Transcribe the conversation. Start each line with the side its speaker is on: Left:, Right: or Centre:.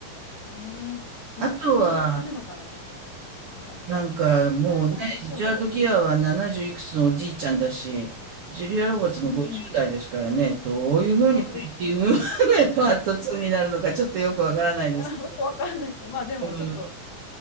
Left: えー、
Right: あとは、
Left: どう、成立するのかななんか、
Right: なんかもうね、
Left: 二人とも年を取ってるか
Right: リチャード・ギアは70いくつのおじいちゃんだし、ジュリア・ロバーツも50代ですからね、
Left: ら。うん。
Right: どういうふうにプリティ・
Left: そうですね。
Right: ウーマンがパート2になるのかちょっとよくわからないですけ
Left: <laughs> いやよくわかんないですけど、まあでも、
Right: ど。
Left: ちょっと、